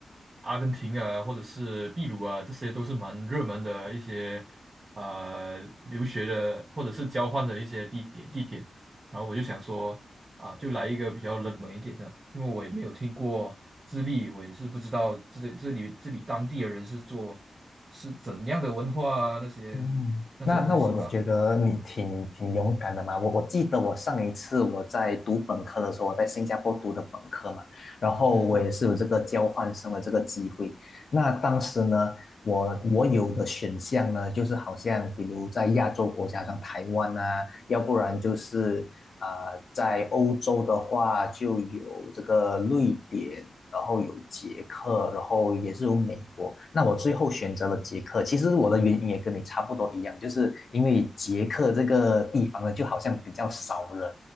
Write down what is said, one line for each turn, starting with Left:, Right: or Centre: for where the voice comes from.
Right: 阿根廷啊，或者是秘鲁啊，这些都是蛮热门的一些呃留学的或者是交换的一些地点地点。然后我就想说啊，就来一个比较冷门一点的，因为我也没有听过智利，我也是不知道这这里这里当地的人是做是怎样的文化啊那些
Left: 嗯，
Right: 那些东西吧。
Left: 那那我我觉得你挺挺勇敢的嘛。我我记得我上一次我在读本科的时候，我在新加坡读的本科嘛，然后我也是有这个交换生的这个机会。
Right: 嗯。
Left: 那当时呢，我我有的选项呢，就是好像比如在亚洲国家，像台湾啊，要不然就是啊、呃在欧洲的话就有这个瑞典，然后有捷克，然后也是有美国。那我最后选择了捷克，其实我的原因也跟你差不多一样，就是因为捷克这个地方呢，就好像比较少人，